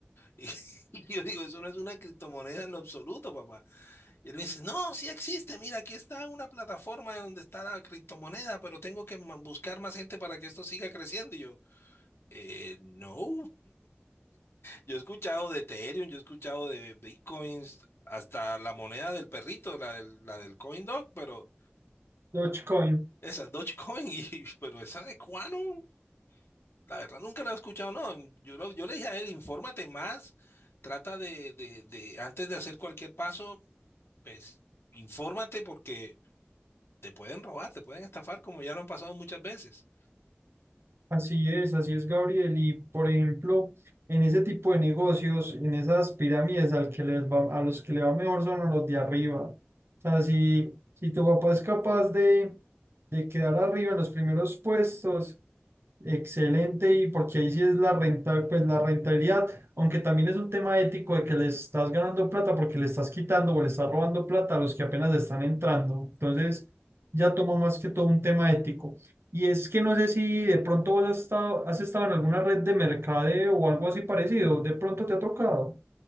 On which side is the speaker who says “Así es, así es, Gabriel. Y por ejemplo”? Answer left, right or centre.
Right